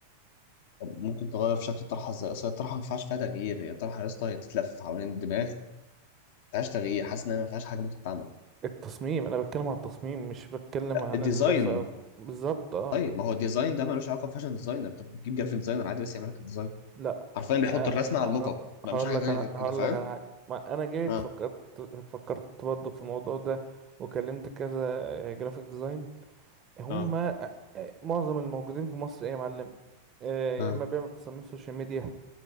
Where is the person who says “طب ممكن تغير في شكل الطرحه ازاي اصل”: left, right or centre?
Left